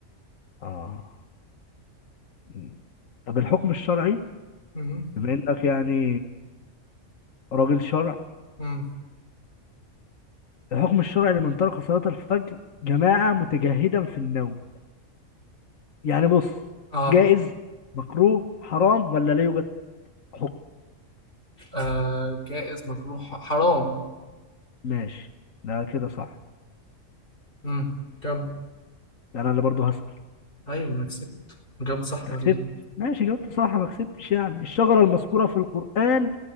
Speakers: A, on the left (about 80°); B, on the left (about 45°).
A: اه مم. طب الحكم الشرعي
B: مم.
A: بما انك يعني راجل شرع
B: مم.
A: الحكم الشرعي لمن ترك صلاة الفجر جماعة متجهدا في النوم يعني بص
B: اه
A: جائز مكروه حرام ولا لا يوجد حكم
B: آه جائز مجروح حرام
A: ماشي ده كده صح
B: امم كم
A: ده انا اللي برضه هسأل
B: ايوه ما انا كسبت جاوبت صح
A: أنت
B: ولا
A: كسبت
B: ايه
A: ماشي جاوبت صح ما كسبتش يعني الشجرة المذكورة في القرآن